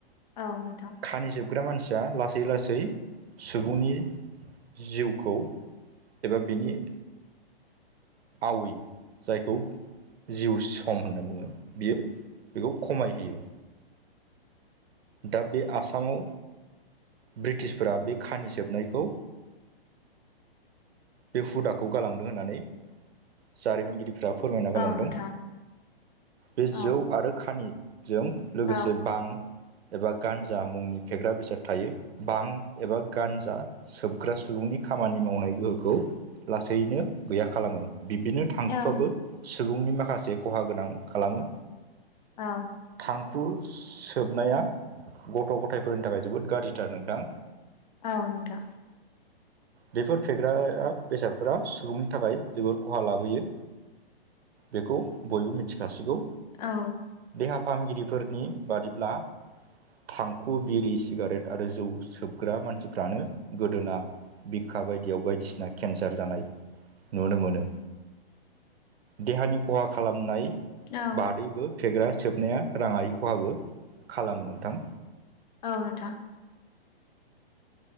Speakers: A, on the left; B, on the right.
A: औ नोंथां।
B: खानि जोबग्रा मानसिया लासै-लासै सुबुंनि जिउ खौ एबा बिनि आवै जायखौ जिउ सम होनना बुङो बियो बेखौ खमायहोयो दा बे आसामाव ब्रिटिशफोरा बे खानि सोबनायखौ बे हुदाखौ गालांदों होननानै जारिमिनगिरि फ्रा फोरमायना गालांदों
A: औ नोंथां
B: बे
A: औ
B: जौ आरो खानि जों लोगोसे
A: औ
B: बां एबा गानजा मुंनि फेग्रा बेसाद थायो बां एबा गानजा सोबग्रा सुबुंनि खामानि मावनाय गोहोखौ खौ लासैनो गैया खालामो बिब्दिनो थांखुआबो
A: औ
B: सुबुंनि माखासे खहा गोनां खालामो
A: औ।
B: थांखु सोबनाया गथ' गथायफोरनि थाखाय जोबोद गाज्रिथार नोंथां।
A: औ नोंथां।
B: बेफोर फेग्राया बेसादफोरा सुबुंनि थाखाय जोबोर खहा लाबोयो। बेखौ बयबो मिथिखासिगौ।
A: औ।
B: देहा फाहामगिरिफोरनि बादिब्ला। थांखु बिरि सिगारेट आरो जौ सोबग्रा मानसिफ्रानो गोदोना। बिखा बायदियाव बायदिसिना केन्सार जानाय नुनो मोनो। देहानि खहा खालामनाय।
A: औ
B: बादैबो फेग्रा सोबनाया राङारि खहाबो खालामो नोंथां।
A: औ नोंथां।